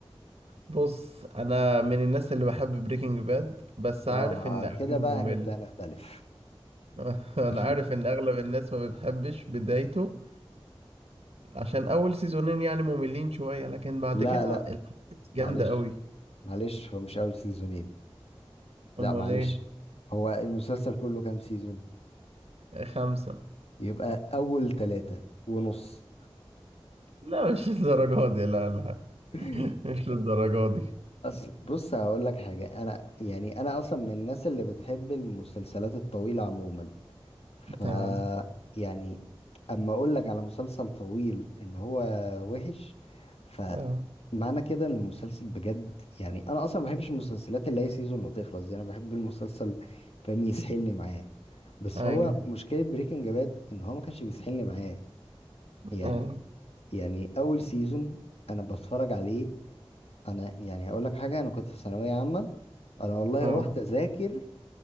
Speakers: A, on the right; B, on the left.
A: بص انا من الناس اللي بحب بريكنج باد بس
B: اه
A: عارف ان اوله
B: كده بقى
A: ممل
B: هنبدأ نختلف
A: <laughs>
B: <laughs>
A: انا عارف ان اغلب الناس ما بتحبش بدايته عشان اول سيزونين يعني مملين شوية لكن بعد
B: لا
A: كده
B: لا
A: الأحداث
B: معلش
A: جامدة قوي
B: معلش هو مش اول سيزونين لا
A: امال
B: معلش
A: ايه
B: هو المسلسل كله كام سيزون
A: خمسة
B: يبقى اول ثلاثة ونص
A: لا مش للدرجة دي لا لا
B: <laughs>
A: <laughs> مش للدرجة دي
B: أصل بص هقول لك حاجة أنا يعني أنا أصلا من الناس اللي بتحب المسلسلات الطويلة عموما ف
A: تمام
B: يعني أما أقول لك على مسلسل طويل إن هو وحش فمعنى
A: اه
B: كده إن المسلسل بجد يعني أنا أصلا ما بحبش المسلسلات اللي هي سيزون وتخلص دي أنا بحب المسلسل فاهم يسحلني معاه بس
A: ايوه
B: هو مشكلة بريكنج باد ان هو ما كانش بيسحلني معاه يعني
A: ايوه
B: يعني اول سيزون انا بتفرج عليه انا يعني اقول لك حاجة انا كنت في ثانوية عامة انا والله
A: اه
B: رحت اذاكر